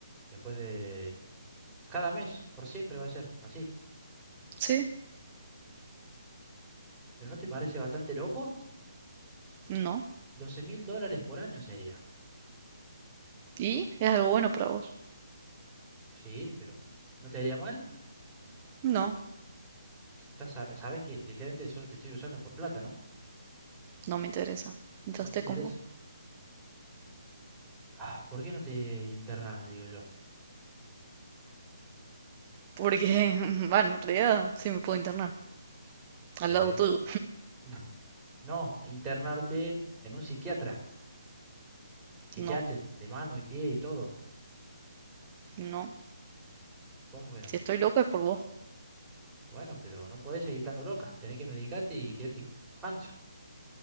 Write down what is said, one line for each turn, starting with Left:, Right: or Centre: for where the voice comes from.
Centre: Después de... Cada mes, por siempre va a ser así.
Right: Sí,
Centre: ¿Pero no te parece bastante loco?
Right: no.
Centre: Doce mil dólares por año sería.
Right: ¿Y? ¿Es algo bueno para vos?
Centre: Sí, pero ¿no te haría mal?
Right: No,
Centre: Estás sab- sabes que literalmente solo te estoy usando por plata, ¿no?
Right: no me interesa. Entraste
Centre: No te interesa.
Right: con vos.
Centre: Ah, ¿por qué no te internas, digo yo?
Right: Porque, <laughs> bueno, en realidad sí me puedo internar. Al
Centre: Debe.
Right: lado tuyo.
Centre: <laughs> No, no, internarte en un psiquiatra, que
Right: No,
Centre: te aten de mano y pie y todo.
Right: no.
Centre: ¿Cómo que no?
Right: Si estoy loca es por vos.
Centre: Bueno, pero no podés seguir estando loca. Tenés que medicarte y quedarte pancha.